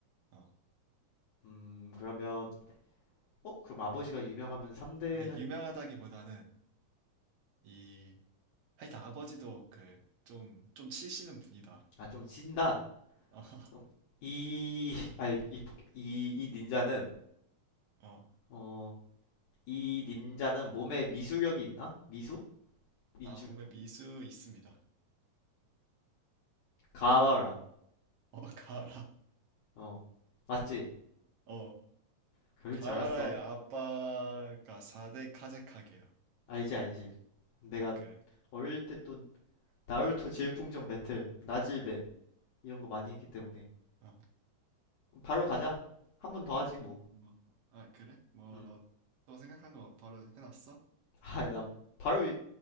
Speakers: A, on the right (about 65°); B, on the left (about 65°).
A: 어.
B: 음 그러면 어 그럼 아버지가 유명하면 3대는
A: 그러니까 유명하다기보다는 이 하여튼 아버지도 그 좀 좀 치시는 분이다.
B: 음 아 좀 진다
A: 어,
B: 그럼
A: <laughs>
B: 이 <laughs> 아니 이, 포- 이, 이 닌자는
A: 어,
B: 어 이 닌자는 몸에 미수력이 있나 미수 인주
A: 아 몸에 미수 있습니다.
B: 가와라
A: 어 가라.
B: 어 맞지
A: 어
B: 그럴
A: 가라의
B: 줄 알았어
A: 아빠가 4대 카제카게야.
B: 알지 알지 내가
A: 아 그래?
B: 어릴 때 또 나루토 질풍전 배틀 나질배 이런 거 많이 했기 때문에
A: 어,
B: 바로 가자. 한 번 더 하지 뭐.
A: 뭐, 아 그래? 뭐
B: 음.
A: 너 또 생각한 거 바로 해놨어?
B: 아, <laughs> 난 바로 이-